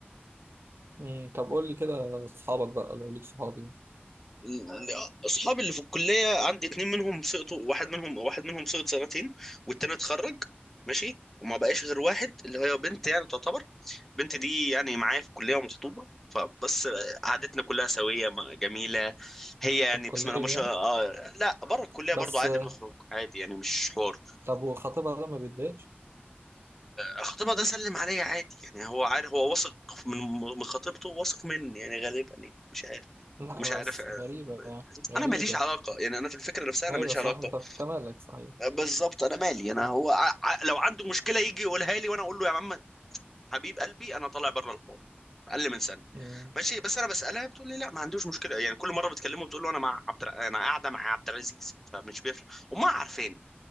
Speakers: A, on the right; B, in the centre.
A: مم. طب قول لي كده اصحابك بقى لو ليك صحابي
B: ال- اصحابي اللي في الكليه عندي اتنين منهم سقطوا واحد منهم واحد منهم سقط سنتين والتاني اتخرج ماشي وما بقاش غير واحد اللي هي بنت يعني تعتبر البنت دي يعني معايا في الكلية ومخطوبة فبس قعدتنا كلها سوية م- جميلة هي يعني
A: في الكليه
B: بسم الله ما شاء
A: يعني
B: الله آه، لا بره الكلية
A: بس
B: برضو عادي
A: آه،
B: بنخرج عادي يعني مش حوار
A: طب وخطيبها ده ما بيتضايقش
B: آه، خطيبها ده سلم عليا عادي يعني هو عارف هو واثق من من خطيبته واثق مني يعني غالبا يعني مش عارف
A: لا
B: مش عارف
A: بس
B: آه،
A: غريبه يعني غريبه
B: انا ماليش علاقه يعني انا في الفكره نفسها انا
A: ايوه
B: ماليش
A: صح
B: علاقه
A: انت انت مالك صحيح
B: آه، بالظبط انا مالي انا هو ع... ع- لو عنده مشكله يجي يقولها لي وانا اقول له يا عم حبيب قلبي انا طالع بره الحوار اقل من سنه
A: مم.
B: ماشي بس انا بسالها بتقول لي لا ما عندوش مشكله يعني كل مره بتكلمه بتقول له انا مع عبد الع- انا قاعده مع عبد العزيز فمش بيفرق امها عارفاني